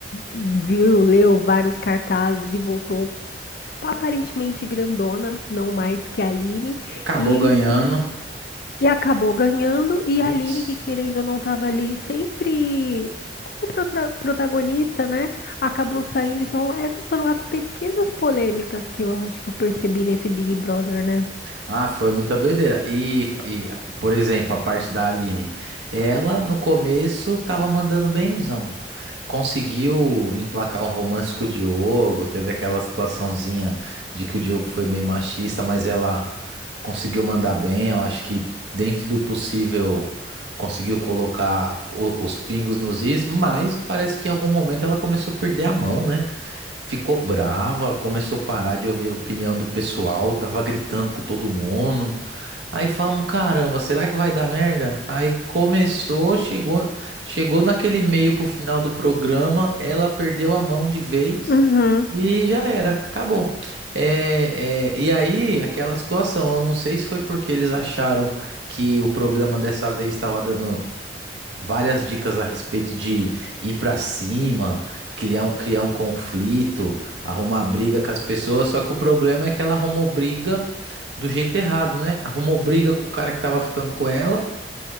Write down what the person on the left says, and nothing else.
viu, leu vários cartazes e voltou aparentemente grandona, não mais que a Aline,
e
e acabou ganhando, e
a Aline, que querendo ou não estava ali sempre como protra- protagonista, né? Acabou saindo. Então, essas foram as pequenas polêmicas que eu acho que eu percebi nesse Big Brother, né?
Uhum.